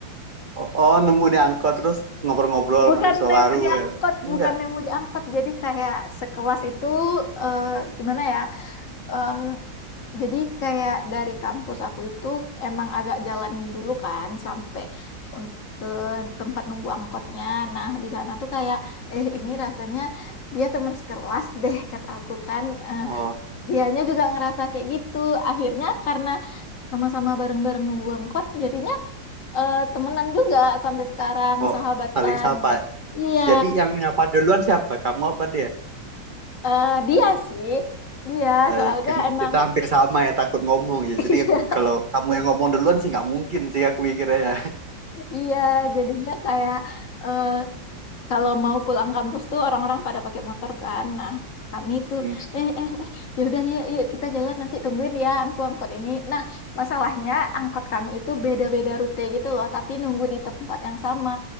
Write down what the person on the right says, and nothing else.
oh, oh, nemu di angkot terus ngobrol-ngobrol
mahasiswa
baru
ya enggak
oh
oh
saling sapa
jadi yang nyapa duluan siapa kamu apa dia
Eh,
ya kan
kita hampir sama ya takut ngomong ya
jadi
aku kalau kamu yang ngomong duluan sih nggak mungkin sih aku mikirnya ya
<laughs>